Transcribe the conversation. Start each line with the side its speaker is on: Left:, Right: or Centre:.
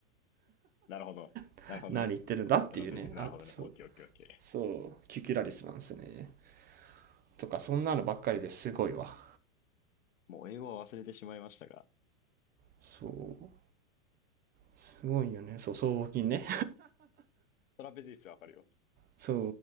Left: なるほど。
Right: <laughs>
Left: なるほどね。
Right: 何言ってるんだっていうねあそう
Left: トラペジ、なるほどね。オッケーオッケーオッケ
Right: そうキュキュラリスなんですねとかそんなのばっかりですごいわ
Left: ー。もう英語は忘れてしまいましたが、
Right: そうすごいよねそう僧帽筋ね
Left: トラペジウスわかるよ。
Right: そ